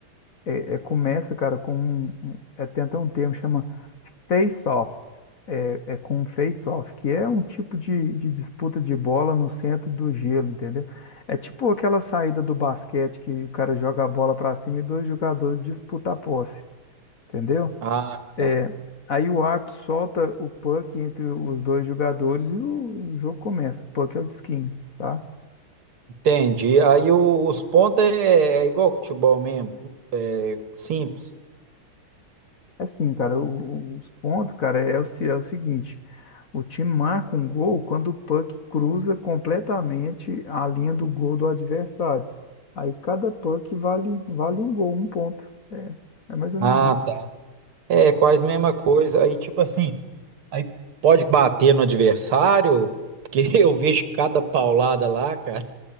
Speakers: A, on the left; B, on the right.
A: é, é, começa, cara, com um, um- é, tem até um termo que chama face-off. É, é com um face-off, que é um tipo de, de disputa de bola no centro do gelo, entendeu? É tipo aquela saída do basquete que o cara joga a bola para cima e dois jogadores disputam a posse, entendeu?
B: Ah,
A: É,
B: tá.
A: aí o árbitro solta o puck entre os dois jogadores e o jogo começa. Puck é o de skin, tá?
B: Entendi. Aí o- os pontos é, é igual ao futebol mesmo, é simples.
A: Assim, cara, o- os pontos, cara, é o, se- é o seguinte: o time marca um gol quando o puck cruza completamente a linha do gol do adversário. Aí cada puck vale, vale um gol, um ponto. É, é mais ou
B: Ah,
A: menos isso.
B: É, quase mesma coisa. Aí, tipo assim, aí pode bater no adversário, porque <laughs> eu vejo cada paulada lá, cara.